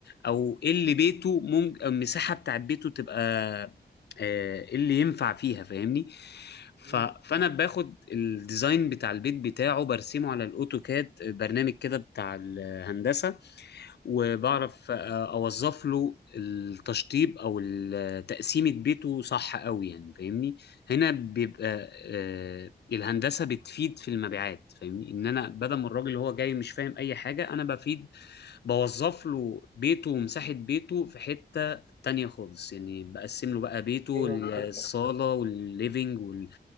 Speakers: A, on the left (about 75°); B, on the right (about 50°).
A: او ايه اللي بيته ممكن المساحه بتاعت بيته تبقى آه، ايه اللي ينفع فيها فاهمني ف...
B: مم،
A: فانا باخد الديزاين بتاع البيت بتاعه برسمه على الاوتوكاد برنامج كده بتاع الهندسه وبعرف
B: مم.
A: آه، اوظف له التشطيب او ال- آه، تقسيمة بيته صح قوي يعني فاهمني هنا بيبقى آه، الهندسة بتفيد في المبيعات فاهمني ان انا بدل ما الراجل اللي هو جاي مش فاهم اي حاجة انا بفيد بوظف له بيته ومساحة بيته في حتة تانية خالص يعني بقسم له بقى بيته
B: ايوه فهمتك
A: الصالة والليفينج وال...